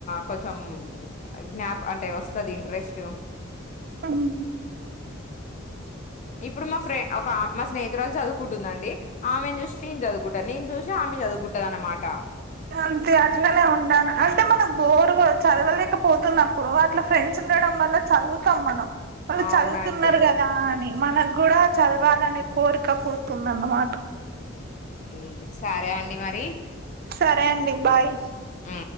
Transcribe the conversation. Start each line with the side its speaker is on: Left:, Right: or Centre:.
Left: కొంచెం జ్ఞాప్ అంటే వస్తుది ఇంట్రెస్ట్
Right: ఉహు
Left: ఇప్పుడు మా ఫ్రెం ఒక మా స్నేహితురాళ్ళు చదువుకుంటుందండి ఆమెను చూసి నేను చదువుకుంటాను నేను చూసి ఆమె చదువుకుంటాంది అనమాట
Right: అంతే అట్లానే ఉండాను అంటే మనం బోర్గా చదవలేకపోతున్నప్పుడు అట్లా ఫ్రెండ్స్ ఉండడం వల్ల చదువుతాం మనం వాళ్ళు
Left: అవునండి
Right: చదువుతున్నారు కదా అని మనకు కూడా చదవాలనే కోరిక పోతుంది అన్నమాట
Left: ఉమ్, సరే అండి మరి
Right: సరే అండి బాయ్
Left: హు